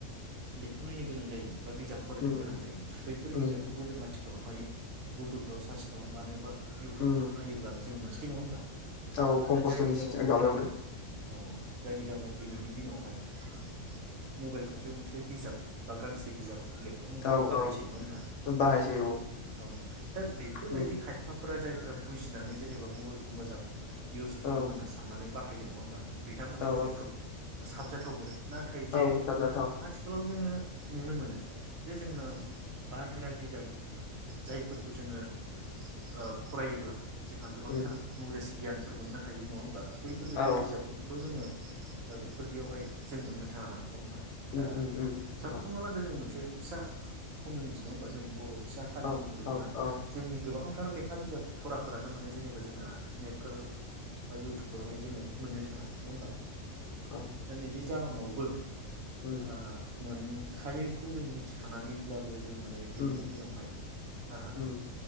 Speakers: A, on the right; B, on the left.
A: लेखा नायनो गोनां जायोमोन बा बिजाब फरायनो
B: उम
A: गोनां जायोमोन <unintelligible> बैफोर बिजाबफोरखौ
B: उम
A: जों आथिखालावहाय गुगोलफोराव सार्च खालामबानो बा इउटुबफोराव
B: उम
A: नायोब्लानो जों मोनसै नङा होमबा
B: औ खम
A: दा
B: खस्थ'नि
A: जायनि जाहोनाव
B: माबायावनो
A: दिनै औ जायनि जाहोनाव दिनैनि दिनाव <inaudible> मबाइलखौसो गंसे बे बिजाब बा गांसे बिजाब लेखा महरै
B: औ
A: बाहायसै
B: औ
A: नङा होमबा
B: बाहायसै औ
A: औ दा बेफोरबायदि
B: उम
A: खायफा फोरा जायफोरा बुजिनानै जेनेबा मबाइलखौ मोजां इउसफुल
B: औ
A: होनना साननानै बाहाय ए नङा होमबा बिथांमोननि
B: औ
A: थाखाय खोब साबजाथावबो नाथाय जे
B: औ साबजा थाव
A: आथिखालाव जोङो नुनो मोनो। जे जोङो बाहेरा बिजाब जायफोरखौ जोङो ओ फरायोब्ला जोंहा गोबांथार
B: उम
A: नलेज गियानफोर मोननो हायो नङा होमबा बैफोरबायदि
B: औ
A: बिजाबफोरखौल' जोङो ओ बेफोरदियावहाय जों मोननो थाङा ना नङा होमबा! दा
B: उम उम उम
A: साफ्स
B: औ
A: हमना ला दि जों मोनसे फिसा कमिउनिटि नंङा होमबा जों बर फिसा हारि
B: औ
A: महरै जोंहा
B: औ औ
A: जोंनि गोबां फोथार लेखा बिजाब फराफोरानो माने जेनेबा जोंहा नेटफोराव बा इयउटुबफोरावहाय जोंङो मोननो थांङा नंङा होमबा
B: औ
A: दा नै बेे जाउनाव बो
B: उम
A: आ मोनखायैखौ जों मिथिखानानैब्ला बो जों माने दिनैनि
B: उम
A: दिनावहाय आ
B: उम